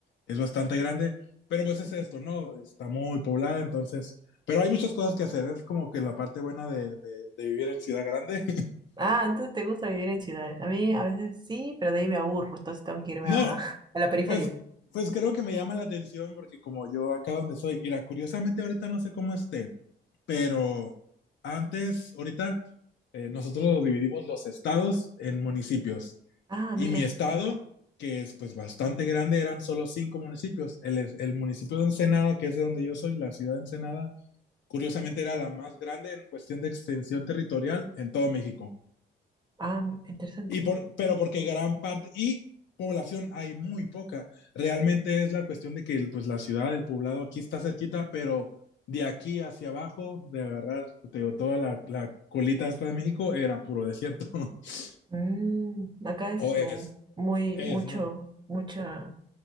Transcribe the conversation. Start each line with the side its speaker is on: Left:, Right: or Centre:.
Left: es bastante grande, pero pues es esto, ¿no? Está muy poblada, entonces... Pero hay muchas cosas que hacer, es como que la parte buena de, de, de vivir en ciudad grande.
Right: Ah, entonces te gusta vivir en ciudades. A mí a veces sí, pero de ahí me aburro, entonces tengo
Left: <laughs>
Right: que irme
Left: no,
Right: a, <laughs> a la periferia.
Left: pues pues creo que me llama la atención porque como yo acá donde soy, mira, curiosamente ahorita no sé cómo esté, pero antes, ahorita eh, nosotros lo dividimos los estados en municipios.
Right: Ah,
Left: Y
Right: mira.
Left: mi estado, que es pues bastante grande, eran solo cinco municipios. El, es- el municipio de Ensenada, que es de donde yo soy, la ciudad de Ensenada, curiosamente era la más grande en cuestión de extensión territorial en todo México.
Right: Ah, mi- interesante.
Left: Y por, pero porque gran parte, y población hay muy poca. Realmente es la cuestión de que el- pues la ciudad, el poblado aquí está cerquita, pero de aquí hacia abajo, de agarrar te digo, toda la, la colita esta de México, era puro desierto. <laughs>
Right: Mm, acá es
Left: o es,
Right: mu- muy,
Left: es,
Right: mucho,
Left: ¿no?
Right: mucha,